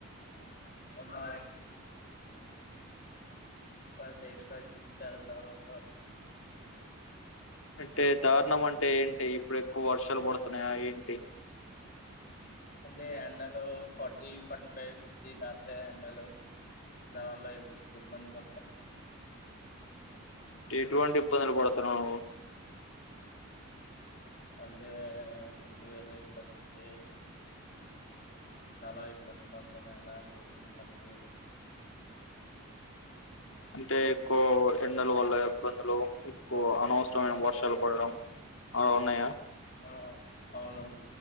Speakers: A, on the left; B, on the left.
A: అమ్మా మాసైడ్ పరిస్థితి చాలా దారుణంగా ఉన్నాయి.
B: అంటే దారుణం అ టే ఏంటే ఇప్పుడు ఎక్కువ వా ర్షాలు పడుతున్నాయా ఏంటి
A: అంటే ఎండలు ఫార్టీ ఫార్టీ ఫైవ్ ఫిఫ్టీ దాటతాయి ఎండలు దానివల్ల ఇబ్బ ఇబ్బంది పడతాం.
B: ఎటువంటి ఇబ్బందులు పడతనవ్ నువ్వు
A: అంటే నువ్వెలా ఇబ్బంది చాలా ఇబ్బంది పడుతున్న ఎలా అంటే మీకు చెప్పలేను.
B: అంటే ఎక్కువ ఎండల వల్ల ఇబ్బందులు ఎక్కువ అనవస మైన వర్షాలు పడడం అవు ఉన్నాయా
A: అవ్ హౌ అవునవును